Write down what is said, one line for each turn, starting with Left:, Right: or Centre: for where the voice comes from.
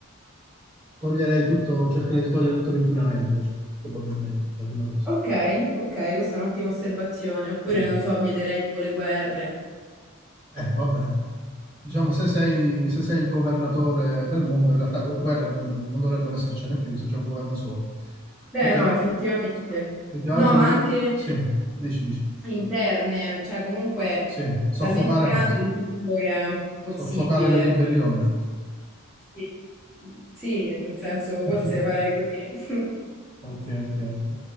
Right: toglierei tutto, cercherei di togliere tutto l'inquinamento che c'è, probabilmente, la prima cosa.
Centre: Ok, ok, questa è un'ottima osservazione, oppure
Right: Mm.
Centre: non lo so, vieterei tipo le guerre.
Right: Eh, vabbè, diciamo, se sei, se sei il governatore del mondo, in realtà gu- guerre non, non dovrebbero essercene più se c'è un governo solo.
Centre: Beh,
Right: Più che,
Centre: no,
Right: a-
Centre: effettivamente.
Right: più che altro,
Centre: No, ma
Right: do-
Centre: anche
Right: sì, dici, dici,
Centre: interne, cioè comunque
Right: sì, soffocare,
Centre: è talmente grande il mondo che è possibile.
Right: soffocare le ribellioni.
Centre: Cioè, sì, sì, nel senso forse
Right: <laughs>
Centre: farei così. <laughs>
Right: Ok, ok, ok.